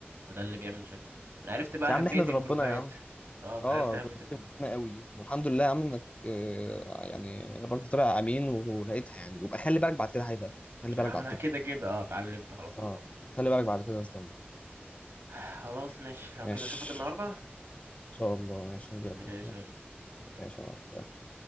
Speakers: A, on the right; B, on the left.
A: وده اللي بيعمل مشاكل انا عرفت بقى
B: بس يا عم
A: أهمية
B: احمد
A: الجروبات
B: ربنا يا عم
A: اه انا
B: اه
A: عرفت أهمية
B: جربت
A: الجروب
B: مهمه قوي والحمد لله يا عم انك آه، يعني الراجل طلع امين ولقيتها يعني وبقى خلي بالك بعد كده هيبقى خلي بالك
A: اه
B: بعد
A: انا
B: كده
A: كده كده اه اتعلمت خلاص
B: اه
A: من الغلط
B: خلي بالك بعد كده استنى
A: <sighs> خلاص مش لو
B: ماشي
A: كده اشوفك النهاردة
B: ان شاء الله ماشي هجيلك
A: ماشي
B: برضه
A: يا غالي.
B: ماشي يا عم.